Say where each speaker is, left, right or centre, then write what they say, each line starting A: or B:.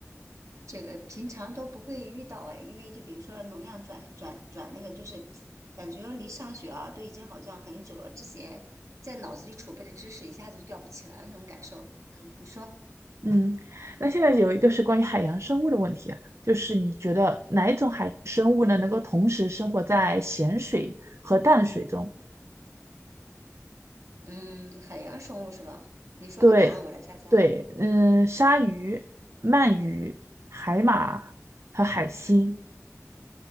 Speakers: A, on the right (about 75°); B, on the right (about 60°).
A: 这个平常都不会遇到哎，因为就比如说能量转转转那个，就是感觉离上学啊都已经好像很久了，之前在脑子里储备的知识一下子就吊不起来了那种感受。嗯，你说，
B: 嗯，那现在有一个是关于海洋生物的问题啊，就是你觉得哪一种海洋生物呢，能够同时生活在咸水和淡水中？
A: 嗯，海洋生物是吧？你说个答案，
B: 对，
A: 我来猜猜。
B: 对，嗯、鲨鱼、鳗鱼、海马和海星，